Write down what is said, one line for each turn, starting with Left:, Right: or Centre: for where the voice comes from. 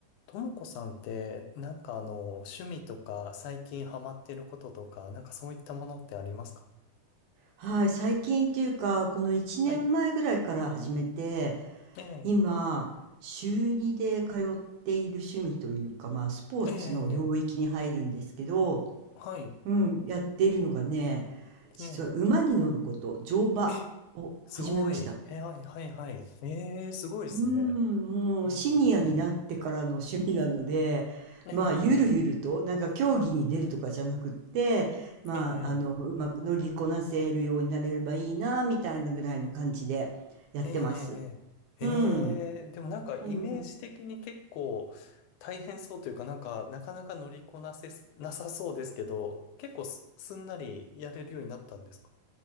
Left: ともこさんって、なんかあの、趣味とか、最近ハマってることとか、なんかそういったものってありますか
Right: はい、最近っていうか、この1年前ぐらいから始めて、
Left: はい。ええ、
Right: 今、週2で通っている趣味というか、まあ、スポーツの領域に入るんですけど、
Left: ええ、ええはい。
Right: うん、やっているのがね、実は馬に乗ること、
Left: ええ、
Right: 乗馬を始めました。
Left: え、すごい。え、はい、はい、はい。ええ、すごいですね。
Right: うーん、もうシニアになってからの趣味なので、
Left: うん、うん、うん。ええ、
Right: まあ、ゆるゆると、
Left: ええ
Right: なんか競技に出るとかじゃなくって、
Left: はい。
Right: まあ、
Left: ええ、
Right: あの、うまく乗りこなせるようになれればいいな、みたいなぐらいの感じでやってます。
Left: ええ、ええ、
Right: うん。
Left: ええええでもなんかイメージ的に結構大変そうというか、
Right: そんな
Left: なんかなかなか乗りこなせそ、なさそうですけど、結構す、すんなりやれるようになったんですか